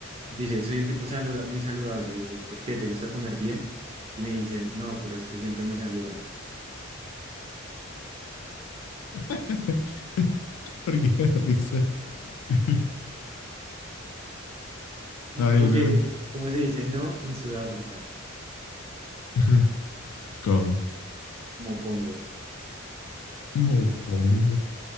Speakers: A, on the right; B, on the left.
A: Dice, soy un tipo saluda muy saludable. Dice, ¿por qué? ¿Te gusta comer bien? Y me dicen, no, pero es que siempre me saludan. <laughs>
B: <laughs> ¿Por qué da risa? <laughs>
A: ¿Y
B: Ay,
A: cómo
B: no.
A: se dice? ¿Cómo se dice no en Sudáfrica?
B: <laughs> ¿Cómo?
A: Mopongo.
B: ¿Cómo pongo?